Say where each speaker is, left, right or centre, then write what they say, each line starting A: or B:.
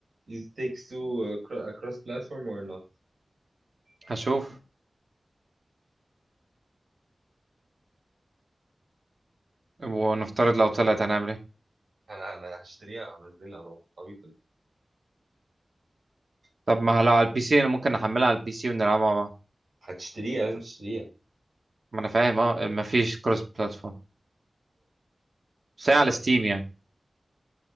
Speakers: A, on the right; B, on the right.
A: از تيكس تو كروس بلاتفورم اور نوت
B: هشوف ونفترض لو طلعت هنعمل ايه
A: انا انا هشتريها وانزلها طبعا طبيعي
B: طب ما لو على البي سي انا ممكن احملها على البي سي ونلعبها مع بعض
A: هتشتريها لازم تشتريها
B: ما انا فاهم اه ما فيش كروس بلاتفورم بس هي على ستيم يعني